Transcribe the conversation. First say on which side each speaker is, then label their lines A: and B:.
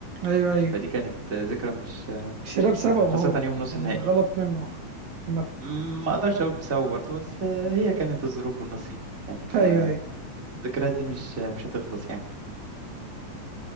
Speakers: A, on the right (about 65°); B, on the right (about 25°).
A: ايوه ايوه
B: فدي كانت ذكرى مش
A: الشراب
B: مش هنساها
A: سبب
B: خاصة
A: اهو
B: يوم نص
A: يعني
B: النهائي
A: الغلط منه عامة
B: مم، ما اقدرش اقول بسبب برضه بس آه، هي كانت الظروف والنصيب يعني فالذكريات
A: ايوه ايوه
B: دي مش مش هتخلص يعني